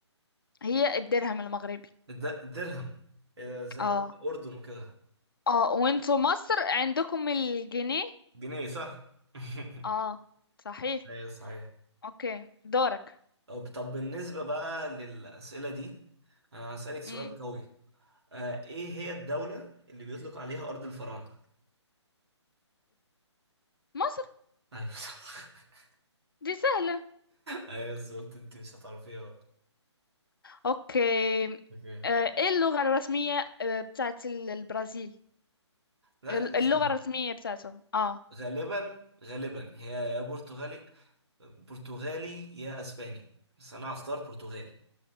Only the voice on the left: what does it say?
هي الدرهم المغربي
اه
اه وانتوا مصر عندكم الجنيه
اه صحيح
اوكي دورك
امم
مصر
دي سهلة
اوكي
آه، ايه اللغة الرسمية آه، بتاعت ال- البرازيل
ال-
اللغة الرسمية بتاعتهم اه